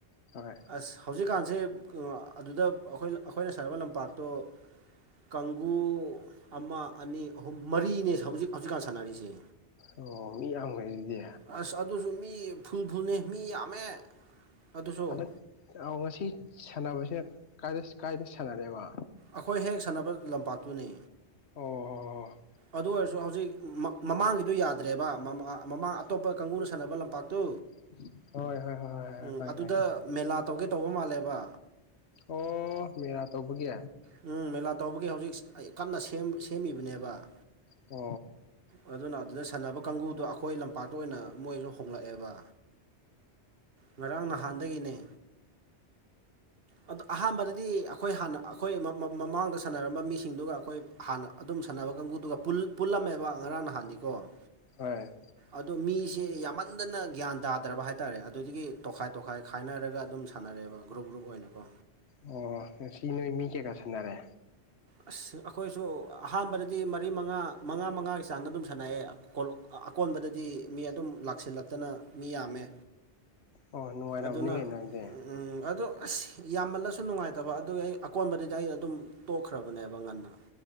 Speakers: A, on the left (about 70°); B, on the right (about 55°).
A: ꯍꯣꯏ
B: ꯑꯁ ꯍꯧꯖꯤꯛꯀꯥꯟꯁꯦ ꯑꯗꯨꯗ ꯑꯈꯣꯏ ꯑꯈꯣꯏꯅ ꯁꯥꯟꯅꯕ ꯂꯝꯄꯥꯛꯇꯣ ꯀꯥꯡꯒꯨ ꯑꯃ ꯑꯅꯤ ꯑꯍꯨꯝ ꯃꯔꯤꯅꯦ ꯍꯧꯖꯤꯛ ꯍꯧꯖꯤꯛꯀꯥꯟ ꯁꯥꯟꯅꯔꯤꯁꯦ
A: ꯑꯣ ꯃꯤ ꯌꯥꯝꯒ꯭ꯔꯦ ꯑꯗꯨꯗꯤ
B: ꯑꯁ ꯑꯗꯨꯁꯨ ꯃꯤ ꯐꯨꯜ ꯐꯨꯜꯅꯦ ꯃꯤ ꯌꯥꯝꯃꯦ ꯑꯗꯨꯁꯨ
A: ꯍꯟꯗꯛ ꯑ ꯉꯁꯤ ꯁꯥꯟꯅꯕꯁꯦ ꯀꯥꯏꯗ ꯀꯥꯏꯗ ꯁꯥꯟꯅꯔꯦꯕ
B: ꯑꯈꯣꯏ ꯍꯦꯛ ꯁꯥꯟꯅꯕ ꯂꯝꯄꯥꯛꯇꯨꯅꯦ
A: ꯑꯣ ꯍꯣ ꯍꯣ
B: ꯑꯗꯨ ꯑꯣꯏꯔꯁꯨ ꯍꯧꯖꯤꯛ ꯃꯃꯥꯡꯒꯤꯗꯨ ꯌꯥꯗ꯭ꯔꯦꯕ ꯃꯃꯥꯡ ꯑꯇꯣꯞꯄ ꯀꯥꯡꯒꯨꯅ ꯁꯥꯟꯅꯕ ꯂꯝꯄꯥꯛꯇꯨ
A: <unintelligible> ꯍꯣꯏ ꯍꯣꯏ ꯍꯣꯏ ꯍꯣꯏ ꯍꯣꯏ
B: ꯎꯝ
A: ꯈꯪꯉꯦ
B: ꯑꯗꯨꯗ
A: ꯈꯪꯉꯦ
B: ꯃꯦꯂꯥ ꯇꯧꯒꯦ ꯇꯧꯕ ꯃꯥꯜꯂꯦꯕ
A: ꯑꯣ ꯃꯦꯂꯥ ꯇꯧꯕꯒꯤ
B: ꯎꯝ ꯃꯦꯂꯥ ꯇꯧꯕꯒꯤ ꯍꯧꯖꯤꯛ ꯀꯟꯅ ꯁꯦꯝ ꯁꯦꯝꯃꯤꯕꯅꯦꯕ
A: ꯍꯣꯏ ꯎꯝ
B: ꯑꯗꯨꯅ ꯑꯗꯨꯗ ꯁꯥꯟꯅꯕ ꯀꯥꯡꯒꯨꯗꯣ ꯑꯈꯣꯏ ꯂꯝꯄꯥꯛꯇ ꯑꯣꯏꯅ ꯃꯣꯏꯁꯨ ꯍꯣꯡꯂꯛꯑꯦꯕ ꯉꯔꯥꯡ ꯅꯍꯥꯟꯗꯒꯤꯅꯤ ꯑꯗꯣ ꯑꯍꯥꯟꯕꯗꯗꯤ ꯑꯈꯣꯏ ꯍꯥꯟꯅ ꯑꯈꯣꯏ ꯃ ꯃꯃꯥꯡꯗ ꯁꯥꯟꯅꯔꯝꯕ ꯃꯤꯁꯤꯡꯗꯨꯒ ꯑꯈꯣꯏ ꯍꯥꯟꯅ ꯑꯗꯨꯝ ꯁꯥꯟꯅꯕ ꯀꯥꯡꯒꯨꯗꯨꯒ ꯄꯨꯜ ꯄꯨꯜꯂꯝꯃꯦꯕ ꯉꯔꯥꯡ ꯅꯍꯥꯟꯗꯤꯀꯣ
A: ꯍꯣꯏ
B: ꯑꯗꯣ ꯃꯤꯁꯦ ꯌꯥꯝꯃꯟꯗꯅ ꯒ꯭ꯌꯥꯟ ꯇꯥꯗ꯭ꯔꯕ ꯍꯥꯏꯇꯥꯔꯦ ꯑꯗꯨꯗꯨꯒꯤ ꯇꯣꯈꯥꯏ ꯇꯣꯈꯥꯏ ꯈꯥꯏꯅꯔꯒ ꯑꯗꯨꯝ ꯁꯥꯟꯅꯔꯦꯕ ꯒ꯭ꯔꯨꯞ ꯒ꯭ꯔꯨꯞ ꯑꯣꯏꯅꯀꯣ
A: ꯑꯣ ꯉꯁꯤ ꯅꯣꯏ ꯃꯤ ꯀꯌꯥ ꯀꯌꯥ ꯁꯥꯟꯅꯔꯦ
B: ꯑꯁ ꯑꯈꯣꯏꯁꯨ ꯑꯍꯥꯟꯕꯗꯗꯤ ꯃꯔꯤ ꯃꯉꯥ ꯃꯉꯥ ꯃꯉꯥꯒꯤ ꯆꯥꯡꯗ ꯑꯗꯨꯝ ꯁꯥꯟꯅꯩꯌꯦ ꯑꯀꯣꯜ ꯑꯀꯣꯟꯕꯗꯗꯤ ꯃꯤ ꯑꯗꯨꯝ ꯂꯥꯛꯁꯤꯜꯂꯛꯇꯅ ꯃꯤ ꯌꯥꯝꯃꯦ
A: ꯑꯣ ꯅꯨꯡꯉꯥꯏꯔꯝꯃꯅꯤ
B: ꯑꯗꯨꯅ
A: ꯀꯩꯅꯣ ꯑꯗꯨꯗꯤ
B: ꯎꯝ ꯎꯝ ꯑꯗꯣ ꯑꯁ ꯌꯥꯝꯃꯜꯂꯁꯨ ꯅꯨꯡꯉꯥꯏꯇꯕ ꯑꯗꯨꯒꯤ ꯑꯩ ꯑꯀꯣꯟꯕꯗꯨꯗꯤ ꯑꯩ ꯑꯗꯨꯝ ꯇꯣꯛꯈ꯭ꯔꯦ ꯄ꯭ꯔꯥꯕꯅꯦꯂꯕ ꯉꯥꯟꯅ